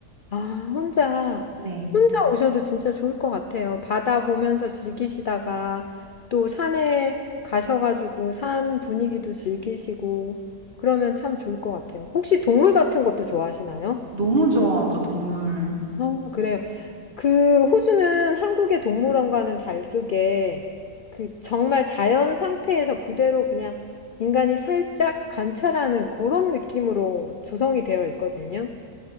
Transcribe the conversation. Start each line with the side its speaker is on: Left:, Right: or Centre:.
Left: 아, 혼자.
Right: 네.
Left: 혼자 오셔도 진짜 좋을 것 같아요. 바다 보면서 즐기시다가 또 산에 가셔가지고 산 분위기도 즐기시고 그러면 참 좋을 것 같아요. 혹시 동물 같은 것도 좋아하시나요?
Right: 너무 좋아하죠, 동물.
Left: 아, 그래요. 그 호주는 한국의 동물원과는 다르게 그 정말 자연 상태에서 그대로 그냥 인간이 살짝 관찰하는 그런 느낌으로 조성이 되어 있거든요.